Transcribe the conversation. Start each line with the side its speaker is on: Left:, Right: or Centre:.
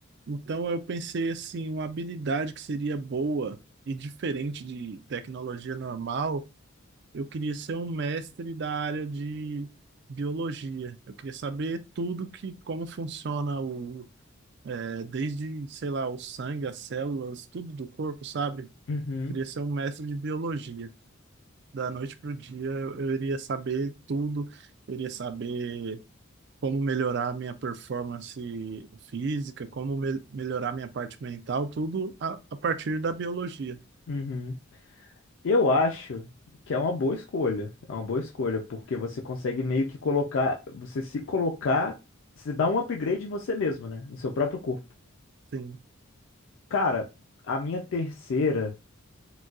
Right: Então eu pensei assim, uma habilidade que seria boa e diferente de tecnologia normal, eu queria ser um mestre da área de biologia. Eu queria saber tudo que como funciona o é, desde, sei lá, o sangue, as células, tudo do corpo, sabe?
Left: uhum,
Right: Eu queria ser um mestre de biologia. Da noite pro dia eu eu iria saber tudo, eu iria saber como melhorar minha performance física, como me- melhorar minha parte mental, tudo a, a partir da biologia.
Left: uhum. Eu acho que é uma boa escolha. É uma boa escolha, porque você consegue meio que colocar, você se colocar, você dá um upgrade em você mesmo, né? No seu próprio corpo.
Right: Sim,
Left: Cara, a minha terceira.